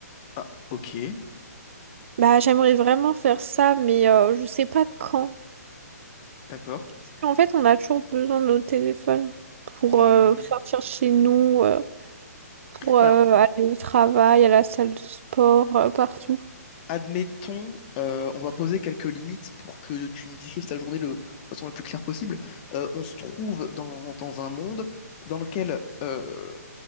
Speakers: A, on the left; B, on the right.
A: Ah, ok,
B: Bah j'aimerais vraiment faire ça, mais euh, je sais pas quand.
A: d'accord.
B: Parce qu'en fait, on a toujours besoin de nos téléphones pour
A: Hmm.
B: euh, sortir de chez nous, euh, pour
A: Bah
B: euh,
A: Alors,
B: aller au travail, à la salle de sport, euh, partout.
A: admettons, euh, on va poser quelques limites pour que tu nous décrives ta journée le, de façon la plus claire possible. Euh, on se trouve dans, dans un monde dans lequel euh,